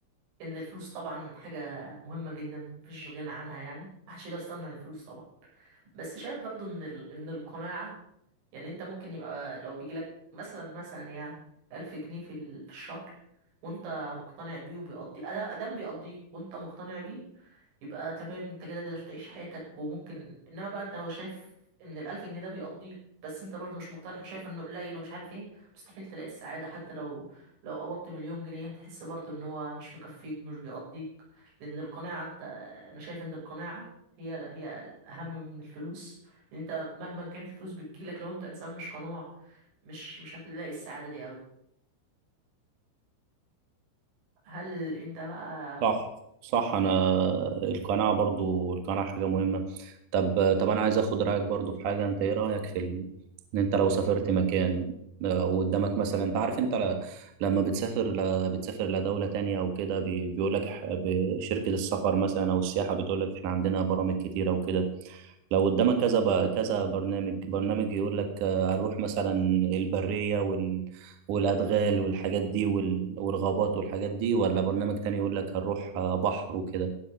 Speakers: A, on the right (about 85°); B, on the right (about 65°).
A: ان الفلوس طبعا حاجه مهمه جدا مفيش غنى عنها يعني محدش يقدر يستغنى عن الفلوس طبعا بس شايف برضو ان ال... ان القناعه يعني انت ممكن يبقى لو بيجي لك مثلا مثلا يعني ألف جنيه في ال... في الشهر وانت مقتنع بيه وبيقضي ادام بيقضيك وانت مقتنع بيه يبقى تمام انت كده تقدر تعيش حياتك وممكن انما بقى انت لو شايف ان الالف جنيه ده بيقضيك بس انت برضه مش مقتنع وشايف انه قليل ومش عارف ايه مستحيل تلاقي السعادة حتى لو لو قبضت مليون جنيه هتحس برضه ان هو مش مكفيك ومش بيقضيك لان القناعة انت انا شايف ان القناعة هي هي الاهم من الفلوس لان انت مهما كانت الفلوس بتجيلك لو انت انسان مش قنوع مش مش هتلاقي السعادة دي ابدا هل انت بقى
B: صح صح انا القناعه برضو القناعه حاجه مهمه طب طب انا عايز اخد رايك برضو في حاجه انت ايه رايك في ال... ان انت لو سافرت مكان آه، وقدامك مثلا انت عارف انت ل... لما بتسافر ل... بتسافر لدوله تانية او كده بي... بيقول لك ح- ب- شركه السفر مثلا او السياحه بتقول لك احنا عندنا برامج كتيره وكده لو قدامك كذا ب... كذا برنامج برنامج يقول لك آه، هنروح مثلا البرية وال... والأدغال والحاجات دي وال... والغابات والحاجات دي ولا برنامج تاني يقول لك هنروح آه، بحر وكده